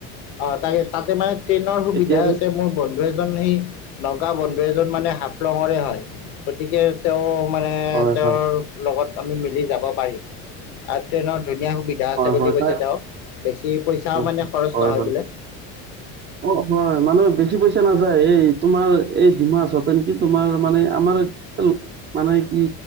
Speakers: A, on the left (about 80°); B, on the right (about 30°).
A: অ' তাকে তাতে মানে ট্ৰেইনৰ সুবিধা
B: এতিয়া
A: আছে মোৰ বন্ধু এজন সেই নগা বন্ধু এজন মানে হাফলঙৰে হয় গতিকে তেওঁ মানে
B: হয়
A: তেওঁৰ
B: হয়
A: লগত আমি মিলি যাব পাৰিম আৰু ট্ৰেইনত। ধুনীয়া সুবিধা আছে
B: হয়
A: বুলি
B: হয়
A: কৈছে
B: তাই
A: তেওঁ বেছি পইচাও
B: হয়,
A: মানে খৰচ
B: হয়,
A: নহয় বোলে
B: অ' হয় মানে বেছি বেছি পইচা নাযায় এই তোমাৰ এই ডিমাচতে নেকি তোমাৰ মানে আমাৰেল মানে ই